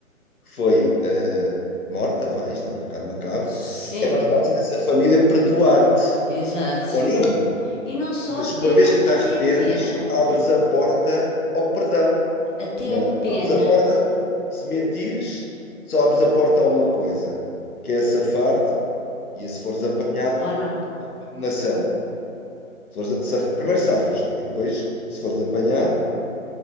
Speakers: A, on the left; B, on the left.
A: que foi uh, morta, vai, isto é um bocado macabro,
B: Sim,
A: mais
B: mas-
A: fácil essa família perdoar-te,
B: exato.
A: ou não,
B: E não só
A: mas
B: a pena,
A: uma vez que te
B: até
A: arrependes,
B: a pena,
A: abres
B: a-
A: a porta ao perdão.
B: até
A: não
B: a
A: é?
B: pena,
A: Abres a porta, do- se mentires, só abres a porta a uma coisa, que é safar-te, e se fores apanhado,
B: ou não?
A: condenação. Se fores a- saf- primeiro safas-te, e depois, se fores apanhado,